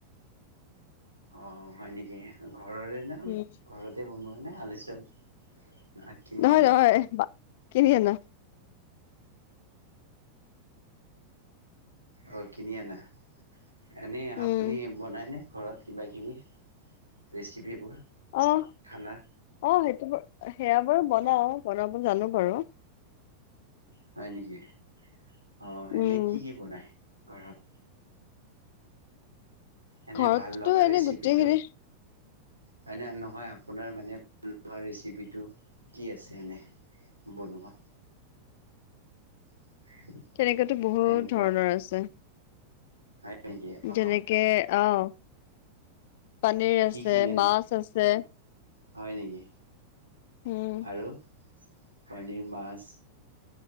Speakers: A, on the right (about 85°); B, on the left (about 50°).
A: অ, হয় নেকি? ঘৰৰে ন
B: উম
A: ঘৰতে বনোৱা নাই আলু চপ। না কিনি
B: নহয়-নহয়
A: আনিলে
B: কিনি আনা।
A: অ, কিনি আনা এনেই
B: উম
A: আপুনি বনাইনে? ঘৰত কিবা কিবি ৰেচিপিবোৰ।
B: অহ,
A: খানা
B: অ, সেইটো ব, সেয়া বাৰু বনাও বনাব জানো বাৰু।
A: হয় নেকি অ,
B: উম
A: এনেই কি কি বনায় ঘৰত? এনে
B: ঘৰততো
A: ভাল লগা
B: এনে
A: ৰেচিপিটো।
B: গোটেইখিনি
A: হয়নে, নহয় আপোনাৰ ভাল লগা ৰেচিপিটো কি আছে। এনে। বনোৱা। <inaudible>
B: তেনেকাতো বহুত
A: তেনেকুৱা
B: ধৰণৰ আছে।
A: হয় নেকি অ
B: যেনেকে আহ পনীৰ
A: কি
B: আছে,
A: কি এনে
B: মাছ আছে।
A: হয় নেকি?
B: উম
A: আৰু পনীৰ, মাছ।